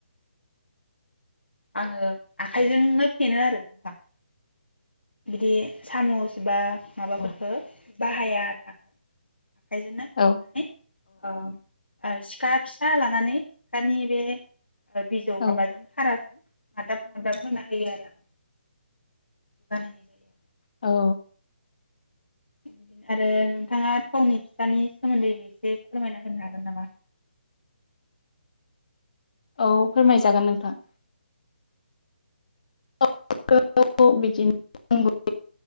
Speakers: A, on the left; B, on the left.
A: आङो आखाइजोंनो फेनो आरो नोंथां। बिदि सामुस बा माबाफोरखो
B: औ
A: बाहाया आरो आङो आखाइजोंनो फेननानै
B: औ
A: ओ ओ सिखा फिसा लानानै सिखानि बे ओ बिजौ
B: औ
A: माबाजों थाराजों नादाब नादाब होना होयो आरो बानायनाय जायो।
B: औ
A: बिदिनो आरो नोंथाङा थावनि फिसानि सोमोन्दैबो एसे फोरमायना होनो हागोन नामा?
B: औ फोरमायजागोन नोंथां। <unintelligible>